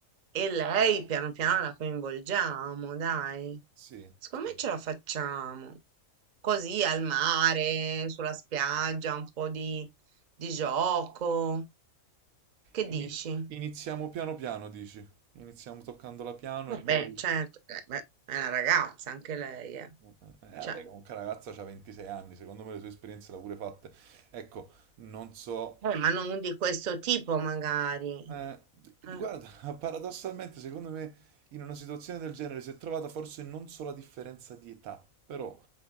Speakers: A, on the right; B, on the right.
A: e lei piano piano la coinvolgiamo, dai.
B: Sì,
A: Secondo
B: sì,
A: me ce la facciamo. Così
B: sì.
A: al mare, sulla spiaggia, un po' di, di gioco. Che
B: Ini-
A: dici?
B: Iniziamo piano piano, dici? Iniziamo toccando la piano
A: Vabbè,
B: e poi...
A: certo, eh, beh, è una ragazza anche lei, eh.
B: Eh, eh, vabbè,
A: Cioè,
B: comunque la ragazza ha 26 anni, secondo me le sue esperienze l'ha pure fatte. Ecco, non so
A: eh, ma non di questo tipo magari.
B: Eh,
A: Eh,
B: guarda, <laughs> paradossalmente, secondo me, in una situazione del genere si è trovata forse non solo la differenza di età, però